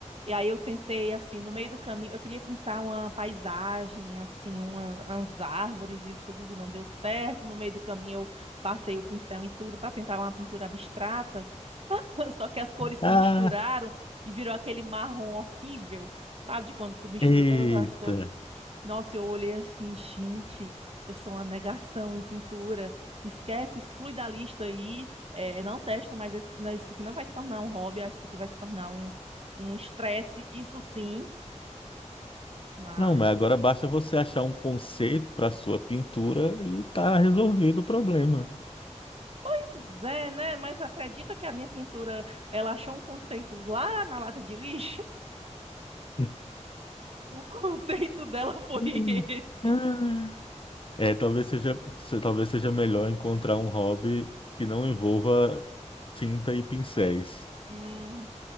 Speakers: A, on the right; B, on the left.
A: E aí eu tentei, assim, no meio do caminho, eu queria pintar uma paisagem, assim, uma, umas árvores e tudo, não deu certo. No meio do caminho eu passei o pincel em tudo para tentar uma pintura abstrata, <laughs> só que as cores se
B: Ah,
A: misturaram e virou aquele marrom horrível, sabe, de quando tu mistura
B: eita.
A: todas as cores. Nossa, eu olhei assim, gente, eu sou uma negação em pintura. Esquece, exclui da lista aí. é não testa, mas esse- não, isso aqui não vai se tornar um hobby, acho que isso aqui vai se tornar um, um estresse, isso sim. Mas,
B: Não, mas agora basta você achar um conceito para sua pintura e tá resolvido o problema.
A: pois é, né? Mas acredita que a minha pintura, ela achou um conceito lá na lata de lixo? <laughs>
B: <laughs>
A: O conceito dela foi
B: Hum.
A: esse.
B: Ah. É, talvez seja, se- talvez seja melhor encontrar um hobby que não envolva tinta e pincéis,
A: Hum,